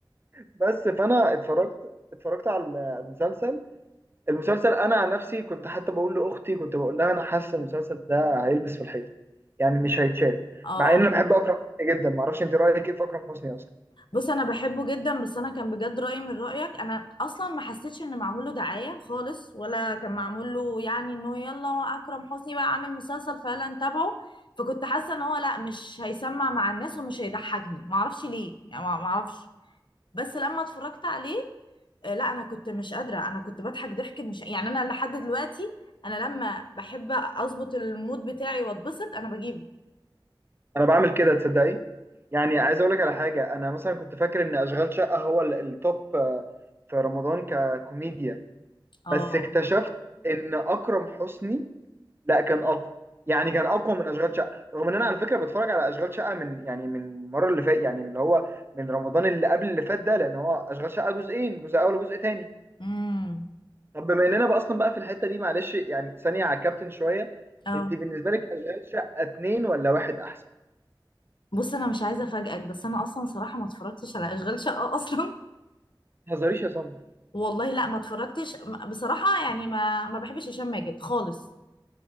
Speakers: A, on the right; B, on the left.
A: بس فانا اتفرجت اتفرجت على المسلسل المسلسل انا عن نفسي كنت حتى بقول لاختي كنت بقول لها انا حاسه المسلسل ده هيلبس في الحيطه يعني مش هيتشاف
B: اه
A: مع ان انا بحب اكرم حسني جدا ما اعرفش انت رايك ايه في اكرم حسني اصلا
B: بص انا بحبه جدا بس انا كان بجد رأيي من رأيك انا اصلا ما حسيتش ان معمول له دعاية خالص ولا كان معمول له يعني انه يلا اكرم حسني بقى عامل مسلسل فيلا نتابعه فكنت حاسة ان هو لا مش هيسمع مع الناس ومش هيضحكني ما اعرفش ليه يعني ما اعرفش بس لما اتفرجت عليه آه، لا انا كنت مش قادره انا كنت بضحك ضحك مش يعني انا لحد دلوقتي انا لما بحب اظبط المود بتاعي واتبسط انا بجيبه
A: انا بعمل كده تصدقي يعني عايز اقول لك على حاجه انا مثلا كنت فاكر ان اشغال شقه هو ال- التوب آه، في رمضان ككوميديا
B: اه
A: بس اكتشفت ان اكرم حسني لا كان اقوى يعني كان اقوى من اشغال شقه رغم ان انا على فكره بتفرج على اشغال شقه من يعني من المره اللي فات يعني اللي هو من رمضان اللي قبل اللي فات ده لان هو اشغال شقه جزئين جزء اول وجزء تاني
B: امم
A: طب بما اننا بقى اصلا بقى في الحته دي معلش يعني ثانيه على الكابتن شويه
B: اه
A: انت بالنسبه لك اشغال شقه اتنين ولا واحد احسن
B: بص انا مش عايزه افاجئك بس انا اصلا صراحه ما اتفرجتش على اشغال شقه اصلا
A: ما تهزريش يا صنم
B: <laughs> والله لا ما اتفرجتش م- بصراحه يعني ما ما بحبش هشام ماجد خالص